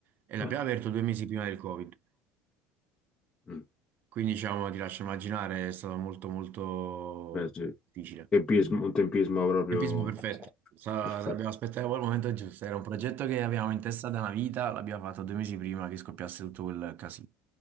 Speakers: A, on the right; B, on the left.
A: e l'abbiamo
B: ah.
A: aperto due mesi prima del Covid.
B: Mm,
A: Quindi diciamo, ti lascio immaginare, è stato molto molto
B: beh, sì.
A: difficile.
B: Tempismo, un tempismo proprio
A: Tempismo perfetto, Sa-
B: perfetto.
A: sa- abbiamo aspettato il momento giusto, era un progetto che avevamo in testa da una vita, l'abbiamo fatto due mesi prima che scoppiasse tutto quel casino.